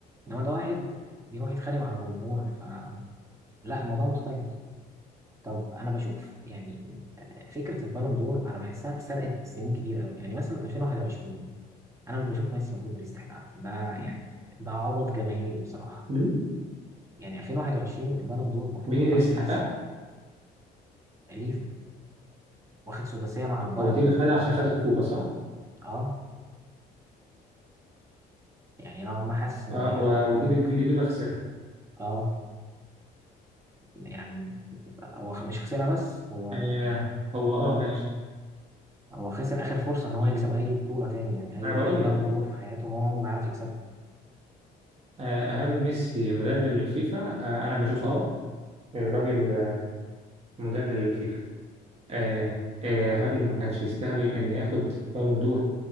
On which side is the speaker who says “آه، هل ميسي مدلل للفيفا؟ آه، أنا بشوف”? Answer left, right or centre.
Right